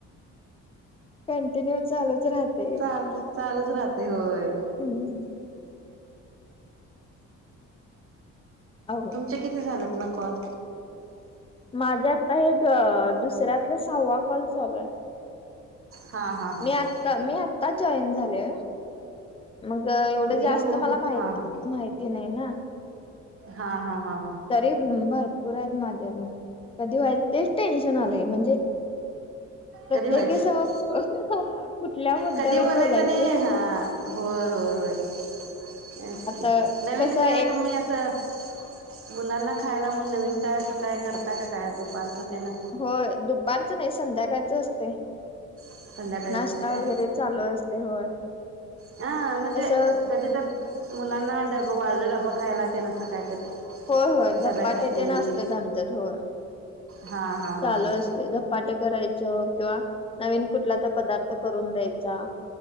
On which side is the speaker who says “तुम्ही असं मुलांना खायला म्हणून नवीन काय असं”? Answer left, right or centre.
Right